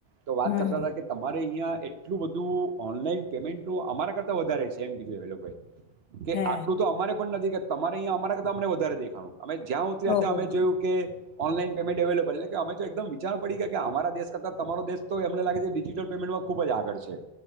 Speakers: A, on the right (about 65°); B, on the left (about 75°).
A: તો વાત
B: હમ
A: કરતા
B: હમ
A: હતા કે તમારે અહિયાં એટલું બધું ઓનલાઈન પેમેન્ટ તો અમારા કરતા વધારે છે એમ કીધું એ લોકોએ કે
B: હે
A: આટલું તો અમારે પણ નથી કે તમારે અહીંયા અમારાતા અમને વધારે દેખાનું અમે જ્યાં ઉતર્યા
B: ઓહો
A: અમે જોયું કે ઓનલાઈન પેમેન્ટ અવેલેબલ એટલે કે અમે એકમ વિચ પડી ગયા કે અમારા દેશ કરતા તમારો દેશ તો એમને લાગે છે ડિજિટલ પેમેન્ટમાં ખુબ જ આગળ છે